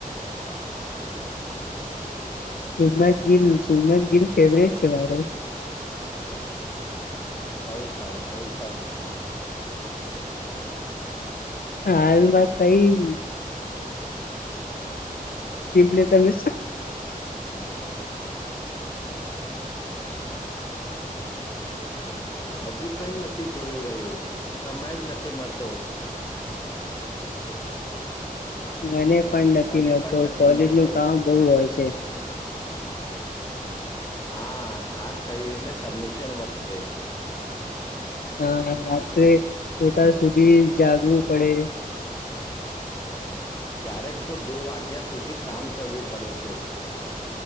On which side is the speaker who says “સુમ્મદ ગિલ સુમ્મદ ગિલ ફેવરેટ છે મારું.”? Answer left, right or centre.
Left